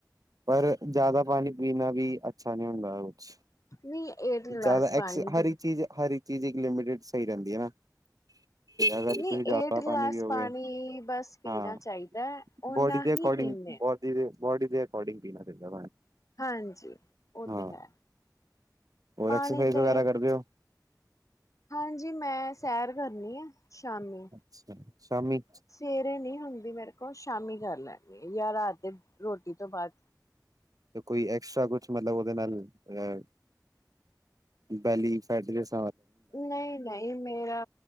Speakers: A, on the right; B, on the left.
A: ਪਰ ਜ਼ਿਆਦਾ ਪਾਣੀ ਪੀਣਾ ਵੀ ਅੱਛਾ ਨਹੀਂ ਹੁੰਦਾ ਕੁਝ
B: ਨਹੀਂ ਏਟ ਗਲਾਸ
A: ਜ਼ਿਆਦਾ
B: ਪਾਣੀ
A: ਐਕਸ
B: ਪੀ
A: ਹਰ ਇੱਕ ਚੀਜ਼ ਹਰ ਇੱਕ ਚੀਜ਼ ਇੱਕ ਲਿਮਟ ਸਹੀ ਰਹਿੰਦੀ ਹੈ ਨਾ ਅਗਰ
B: ਨਹੀਂ
A: ਤੁਸੀਂ ਜ਼ਿਆਦਾ
B: ਏਟ ਗਲਾਸ
A: ਪਾਣੀ ਪੀਓਗੇ
B: ਪਾਣੀ ਬਸ ਪੀਣਾ
A: ਹਾਂ
B: ਚਾਹੀਦਾ ਹੈ ਉਹਨਾਂ
A: ਬੋਡੀ ਦੇ ਅਕੋਰਡਿੰਗ
B: ਹੀ ਪੀਂਦੇ
A: ਬੋਡੀ
B: ਹ
A: ਦੇ ਬੋਡੀ ਦੇ ਅਕੋਡਿੰਗ ਪੀਣਾ ਚਾਹੀਦਾ
B: ਹਾਂਜੀ ਉਹ
A: ਹਾਂ
B: ਤੇ ਹੈ
A: ਹੋਰ
B: ਪਾਣੀ
A: ਐਕਸਰਸਾਈਜ਼
B: ਦੇ
A: ਵਗੈਰਾ ਕਰਦੇ ਹੋ
B: ਹਾਂਜੀ ਮੈਂ ਸੈਰ ਕਰਨੀ ਆ ਸ਼ਾਮੀ
A: ਅੱਛਾ ਸ਼ਾਮੀ
B: ਸਵੇਰੇ ਨੀ ਹੁੰਦੀ ਵੀ ਮੇਰੇ ਕੋਲ ਸ਼ਾਮੀ ਕਰ ਲੈਂਦੀ ਆ ਜਾਂ ਰਾਤ ਦੇ ਰੋਟੀ ਤੋਂ ਬਾਅਦ
A: ਕੋਈ ਐਕਸਟਰਾ ਕੁਛ ਮਤਲਬ ਉਹਦੇ ਨਾਲ ਅ ਬੈਲੀ ਫੇਟਨਸ
B: ਨਹੀਂ ਨਹੀਂ ਮੇਰਾ